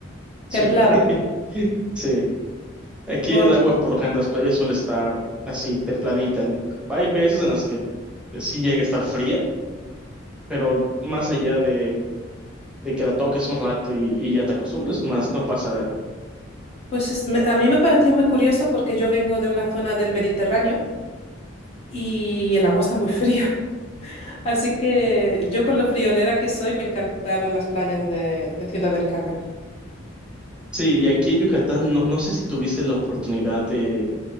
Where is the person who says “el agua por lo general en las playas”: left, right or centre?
Centre